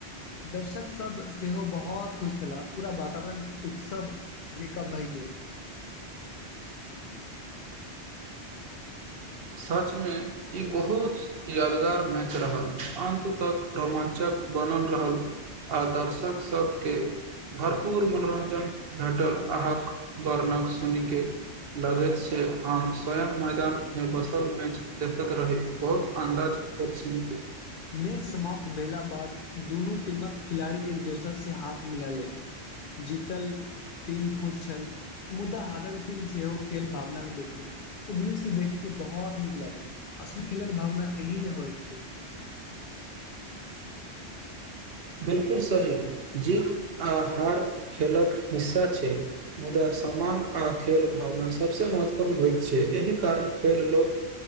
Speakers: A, on the left; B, on the right.
A: दर्शक सब सेहो बहुत खुश छला पूरा वातावरण उत्सव जेकाँ भय गेल
B: सचमे ई बहुत यादगार मैच रहल अन्त तक रोमा्चक बनल रहल आ दर्शक सब के भरपूर मनोरंजन भेटल अहाँक वर्णक सुने के लगैत छै हम स्वयं मैदान मे बसल मे देखैत रही बहुत अन्दाज ब सुन
A: मैच समाप्त भेला बाद दुनू टीमक खिलाड़ी एक दोसर से हाथ मिला ले जीतल टीम खुश छल मुदा हारल टीम सेहो खेल भाव भावना के देखले इ दृश्य देखे के बहुत नीक लागल असली खेलक भावना एही ने होइत छै
B: बिलकुल सही जीत आ हार खेलक हिस्सा छै मुदा सम्मान आ खेल भावना सबसे महत्वपूर्ण होइत छै एहि कारण खेल लोक